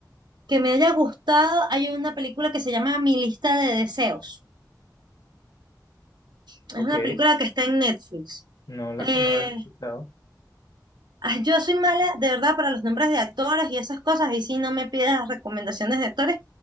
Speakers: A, on the right (about 80°); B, on the left (about 60°).
A: que me haya gustado, hay una película que se llama Mi lista de deseos. Es
B: Ok,
A: una película que está en Netflix.
B: no la,
A: Eh,
B: no la he escuchado.
A: ah, yo soy mala, de verdad, para los nombres de actores y esas cosas, y sí, no me pidas recomendaciones de actores,